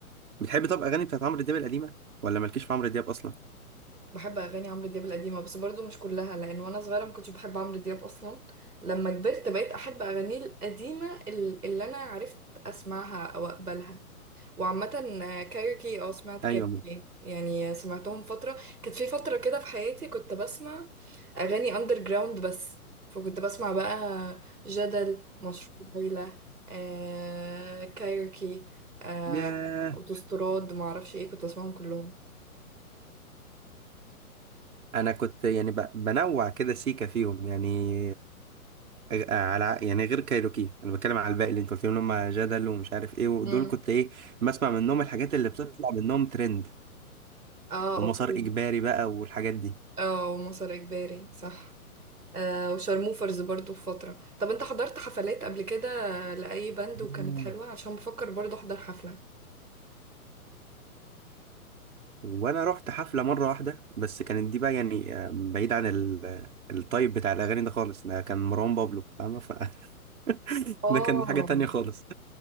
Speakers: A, on the right; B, on the right.
A: بتحبي طب اغاني بتاعت عمرو دياب القديمة ولا مالكيش في عمرو دياب اصلا
B: بحب اغاني عمرو دياب القديمه بس برضو مش كلها لان وانا صغيره ما كنتش بحب عمرو دياب اصلا لما كبرت بقيت احب اغانيه القديمه ال- اللي انا عرفت اسمعها او اقبلها وعامه آه، كايروكي اه سمعت
A: ايوه
B: كايروكي يعني سمعتهم فتره كانت في فتره كده في حياتي كنت بسمع اغاني اندر جراوند بس فكنت بسمع بقى جدل مشروع ليلى آه كايروكي آه
A: ياه
B: اوتوستراد معرفش ايه كنت بسمعهم كلهم
A: انا كنت يعني ب- بنوع كده سيكا فيهم يعني أ- على يعني غير كايروكي انا بتكلم على الباقي اللي انت قلت لهم إن هم جدل ومش عارف ايه ودول
B: مم.
A: كنت ايه بسمع منهم الحاجات اللي بتطلع منهم ترند
B: اه
A: ومسار
B: اوكي
A: اجباري بقى والحاجات دي
B: اه ومصر اجباري صح آه وشارموفرز برضو في فترة طب انت حضرت حفلات قبل كده لأي باند
A: مم.
B: وكانت حلوة عشان بفكر برضو احضر حفلة
A: وانا رحت حفله مره واحده بس كانت دي بقى يعني آه، بعيد عن ال- الطيب بتاع الاغاني ده خالص ده كان مروان بابلو فاهمه ف <laughs>
B: اه
A: ده كان حاجه تانية خالص